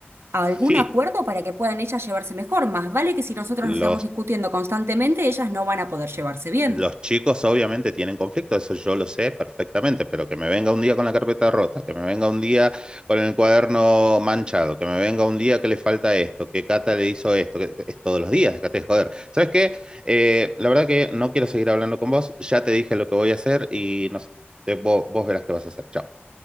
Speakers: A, on the right; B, on the right.
A: algún
B: Sí,
A: acuerdo para que puedan ellas llevarse mejor. Más vale que si nosotros
B: los
A: nos estamos discutiendo constantemente, ellas no van a poder llevarse bien.
B: Los chicos obviamente tienen conflicto, eso yo lo sé perfectamente, pero que me venga un día con la carpeta rota, que me venga un día con el cuaderno manchado, que me venga un día que le falta esto, que Cata le hizo esto, que es todos los días, déjate de joder. ¿Sabes qué? Eh, la verdad que no quiero seguir hablando con vos, ya te dije lo que voy a hacer y no sé, de- vos, vos verás qué vas a hacer, chao.